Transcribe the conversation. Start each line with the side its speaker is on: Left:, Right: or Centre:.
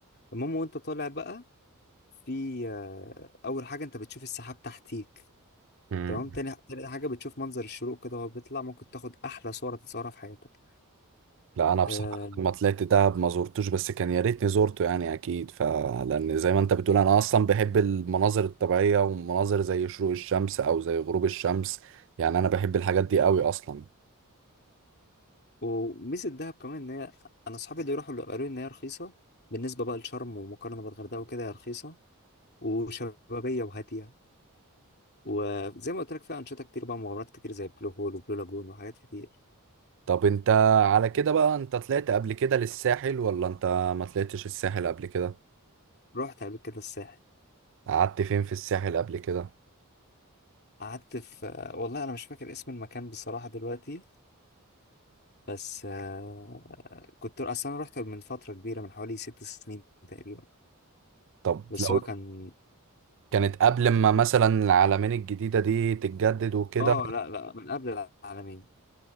Left: المهم وانت طالع بقى في آه، اول حاجه انت بتشوف السحاب تحتيك
Right: مم.
Left: تمام تاني تاني حاجة بتشوف منظر الشروق كده وهو بيطلع ممكن تاخد أحلى صورة تتصورها في حياتك
Right: لا انا بصراحه
Left: آه
Right: لما طلعت دهب ما زرتوش بس كان يا ريتني زورته يعني اكيد فلان زي ما انت بتقول انا اصلا بحب المناظر الطبيعيه ومناظر زي شروق الشمس او زي غروب الشمس يعني انا بحب الحاجات دي قوي اصلا
Left: وميزة دهب كمان إن هي أنا أصحابي اللي يروحوا اللي قالوا لي إن هي رخيصة بالنسبة بقى لشرم ومقارنة بالغردقة وكده هي رخيصة وشبابية وهادية وزي ما قلت لك فيها أنشطة كتير بقى مغامرات كتير زي بلو هول وبلو لاجون وحاجات كتير
Right: طب انت على كده بقى انت طلعت قبل كده للساحل ولا انت ما طلعتش الساحل قبل كده
Left: رحت قبل كده الساحل
Right: قعدت فين في الساحل قبل كده
Left: قعدت في آه، والله أنا مش فاكر اسم المكان بصراحة دلوقتي بس آه كنت أصلا أنا رحت من فترة كبيرة من حوالي ست سنين تقريبا
Right: طب
Left: بس
Right: لو
Left: هو كان
Right: كانت قبل ما مثلا العلمين الجديدة دي تتجدد وكده
Left: اه لا لا من قبل العالمين